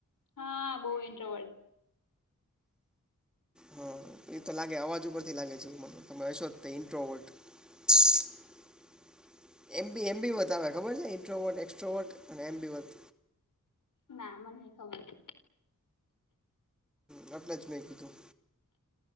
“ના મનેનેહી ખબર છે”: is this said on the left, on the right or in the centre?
Left